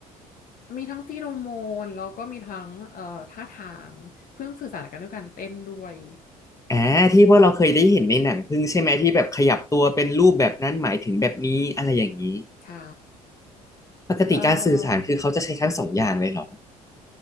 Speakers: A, on the left; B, on the left.
A: มีทั้งฟีโรโมนแล้วก็มีทั้งเอ่อท่าทางเพิ่งสื่อสารกันด้วยการเต้นด้วย
B: อ่าที่พวกเราเคยได้เห็นในหนังผึ้งใช่ไหมที่แบบขยับตัวเป็นรูปแบบนั้นหมายถึงแบบนี้อะไรอย่างนี้
A: ใช่
B: ปกติการสื่อสารคือเขาจะใช้ทั้งสองอย่างเลยเหรอ
A: เอ่อ